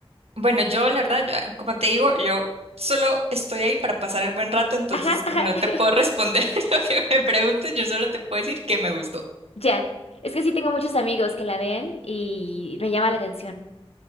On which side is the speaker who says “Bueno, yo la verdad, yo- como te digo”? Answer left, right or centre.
Right